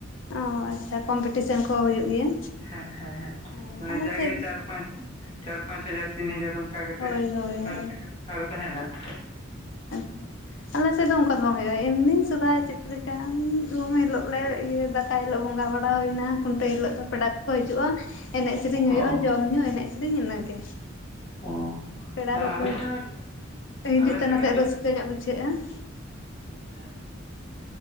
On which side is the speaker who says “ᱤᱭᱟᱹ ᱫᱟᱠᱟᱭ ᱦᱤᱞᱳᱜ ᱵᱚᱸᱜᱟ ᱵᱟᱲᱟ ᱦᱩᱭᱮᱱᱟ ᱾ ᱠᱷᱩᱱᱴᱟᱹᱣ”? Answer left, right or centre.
Left